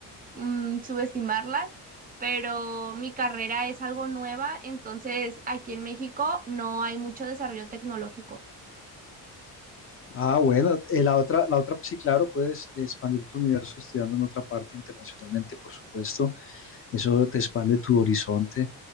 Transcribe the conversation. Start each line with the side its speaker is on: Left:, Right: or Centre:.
Right: mm, subestimarlas, pero mi carrera es algo nueva, entonces aquí en México no hay mucho desarrollo tecnológico.
Left: Ah, bueno, eh, la otra, la otra, sí, claro, puedes expandir tu universo estudiando en otra parte internacionalmente, por supuesto. Eso te expande tu horizonte.